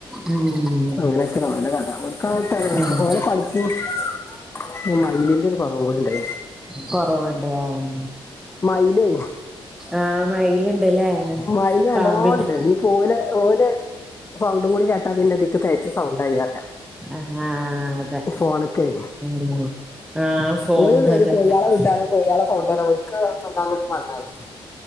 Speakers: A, in the centre; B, on the left.
A: ഉം
B: അങ്ങനെ ഓലെ കഥ
A: ഉം
B: ഓലപഠിപ്പി. <inaudible> മയി ലിന്റെ ഒരു കുറവും കൂടി ഉണ്ട്.
A: കൊറവണ്ടഉം
B: മയിലേ
A: ആഹ് മയിലുണ്ടല്ലേ
B: മയില് നല്ലോണ്ട്
A: പാമ്പിന്
B: ഇനിയിപ്പോ ഓല് ഓല് സൗണ്ടും കൂടി കേട്ടാ പിന്നെതിക്ക് തേച് സൗണ്ടായി അറിയാം.
A: ആ ആഹ അതെ ആ
B: ഫോണികൈ
A: ഉം ആ ഫോൺ
B: ഓല് വരും
A: അതന്നെ
B: കൊയയാളെ വിട്ടാനും കൊയാള സൗണ്ടാനും ഒരിക്ക സ്വന്തംട്ട് വന്നതന്നെ <inaudible>